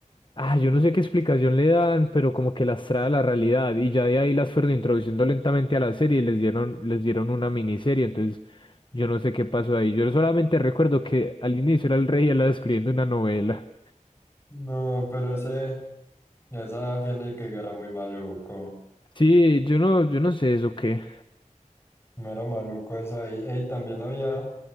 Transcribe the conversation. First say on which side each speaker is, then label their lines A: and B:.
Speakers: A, on the left; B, on the left.
A: ah, yo no sé qué explicación le dan, pero como que las trae a la realidad y ya de ahí las fueron introduciendo lentamente a la serie y les dieron, les dieron una miniserie, entonces yo no sé qué pasó ahí. Yo solamente recuerdo que al inicio era el rey helado escribiendo una novela.
B: No, pero ese, esa Fiona y Cake era muy maluco.
A: Sí, yo no, yo no sé eso qué.
B: No era maluco eso ahí. Ey, también había